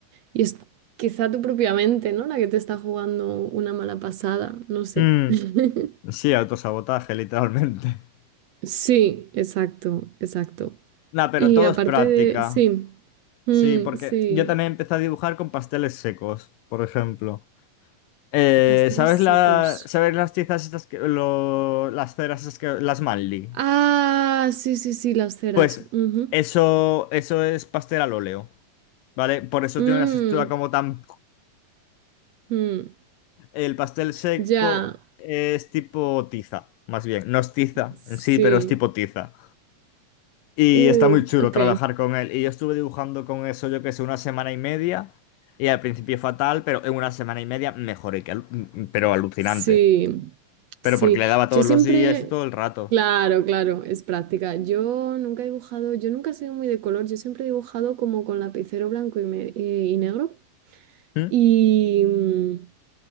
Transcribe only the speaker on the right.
y es quizá tu propia mente, ¿no? La que te está jugando una mala pasada, no sé.
<laughs>
Sí, exacto, exacto.
Y
aparte
de, sí, mm,
sí,
eh, pasteles
secos.
Ah, sí, sí, sí, las ceras.
ujú.
Mm,
mm.
<laughs> Ya,
Sí,
uh,
ok,
sí,
sí,
yo siempre,
claro, claro, es práctica, yo nunca he dibujado, yo nunca he sido muy de color, yo siempre he dibujado como con lapicero blanco y, me- eh, y negro,
y, mm,